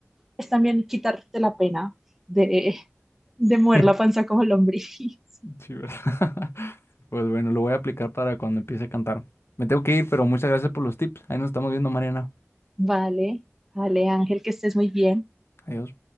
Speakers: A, in the centre; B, on the left.
A: es también quitarte la pena de, de mover
B: <laughs>
A: la panza como lombriz. <laughs>
B: Sí, ¿verdad? <laughs> Pues bueno, lo voy a aplicar para cuando empiece a cantar. Me tengo que ir, pero muchas gracias por los tips. Ahí nos estamos viendo, Mariana.
A: Vale, vale Ángel, que estés muy bien.
B: Adiós.